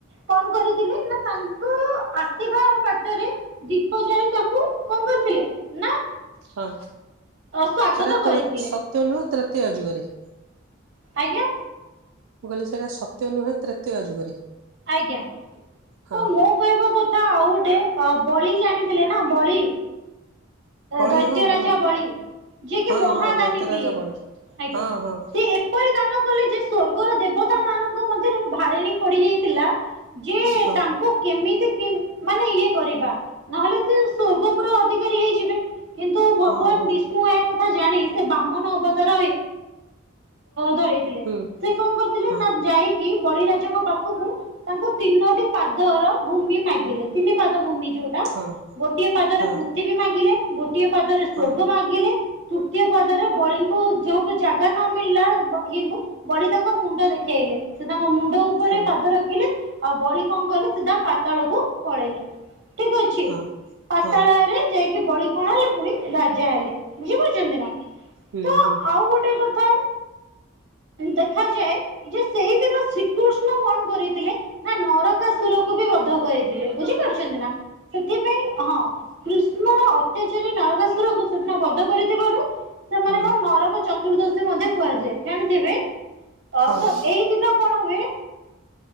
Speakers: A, on the right (about 55°); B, on the right (about 80°).
A: କଣ କରିଥିଲେ ନା ତାଙ୍କ ଆସିବା ବାଟରେ ଦୀପ ଜାଳି ତାକୁ କଣ କରିଥିଲେ ନା
B: ହଁ
A: ସ୍ଵାଗତ
B: ସେଟା
A: କରିଥିଲେ
B: ତ୍ରେ ସତ୍ୟ ନୁହେଁ ତ୍ରେତୟା ଯୁଗରେ।
A: ଆଜ୍ଞା।
B: ମୁଁ କହିଲି ସେଇଟା ସତ୍ୟ ନୁହେଁ ତ୍ରେତୟା ଯୁଗରେ।
A: ଆଜ୍ଞା
B: ହଁ
A: ତ ମୁଁ କହିବା କଥା ଆଉ ଗୋଟେ ବଳି ଜାଣିଥିଲେ ନା ବଳି
B: ବଳି
A: ଦୈତ୍ୟ
B: ହଁ
A: ରାଜା
B: ହଁ
A: ବଳି ଯିଏ କିି
B: ହଁ
A: ମହାଦାନୀ
B: ହଁ ଦୈତ୍ୟରାଜା
A: ଥିଲେ
B: ବଳି
A: ଆଜ୍ଞା
B: ହଁ ହଁ
A: ସେ ଏ ଏପରି ଦାନ କଲେ ଯେ ସ୍ଵର୍ଗର ଦେବତା ମାନଙ୍କ ମଧ୍ୟରେ ଭାଳେଣି ପଡିଯାଇଥିଲା ଯେ
B: ହଁ
A: ତାଙ୍କ କୁ କେମିତି ମାନେ ଇଏ କରିବା ନହେଲେ ସେ ସ୍ୱର୍ଗପୁରର ଅଧିକାରୀ ହେଇଯିବେ। କିନ୍ତୁ ଭଗବାନ
B: ହଁ ହଁ
A: ବିଷ୍ ଏ କଥା ଜାଣି ସେ ବାମନ ଅବତାର ଧରି ଥିଲେ
B: ହୁଁ
A: ସେ କଣ କରିଥିଲେ
B: ହଁ
A: ନା ଯାଇକି ବଳିରାଜାଙ୍କ ପାଖ ପାଖକୁ ତାଙ୍କୁ ତିନୋଟି ପାଦର ଭୂମି ମାଗିଲେ ତିନି ପାଦ ଭୂମି ଯୋଉଟା
B: ହଁ
A: ଗୋଟିଏ ପାଦରେ
B: ହଁ
A: ପୃଥିବୀ ମାଗିଲେ ଗୋଟିଏ ପାଦରେ ସ୍ୱର୍ଗ
B: ହଁ
A: ମାଗିଲେ ତୃତୀୟ ପଦରେ ବଳିଙ୍କୁ ଜେଉଠୁ ଜାଗା ନ ମିଳିଲା ଇଏଙ୍କୁ ବଳି ତାଙ୍କ ମୁଣ୍ଡ ଦେଖେଇଲେ ସେ ତାଙ୍କ ମୁଣ୍ଡ ଉପରେ
B: ହଁ
A: ପାଦ ରଖିଲେ। ଆଉ ବଳି କଣ କଲେ ସିଧା ପାତାଳକୁ ପଳେଇଲେ ଠିକ ଅଛି
B: ହଁ
A: ପାତାଳରେ
B: ହଁ
A: ଯାଇକି ବଳି କଣ ହେଲେ ପୁଣି ରାଜା ହେଲେ। ବୁଝିପାରୁଛନ୍ତି ନା?
B: ହୁଁ
A: ତ
B: ହୁଁ।
A: ଆଉ ଗୋଟେ କଥା ଦେଖାଯାଏ ଯେ ସେଇଦିନ ଶ୍ରୀକୃଷ୍ଣ କଣ କରିଥିଲେ। ନା ନରକା ସୁରକୁ ବି ବଧ କରିଥିଲେ ବୁଝିପାରୁଛନ୍ତି ନା? ସେଥିପାଇଁ ହଁ କୃଷ୍ଣ ଅତ୍ୟାଚାରୀ ନରକାଶୁରକୁ ସେଦିନ ବଧ କରିଥିବାରୁ ସେମାନେ
B: ହୁଁ
A: କଣ ନରକ ଚତୁର୍ଦ୍ଦଶୀ ମଧ୍ୟ କୁହାଯାଏ ଜାଣିଥିବେ ଅ
B: ହଁ
A: ତ ଏଇ ଦିନ। କଣ ହୁଏ?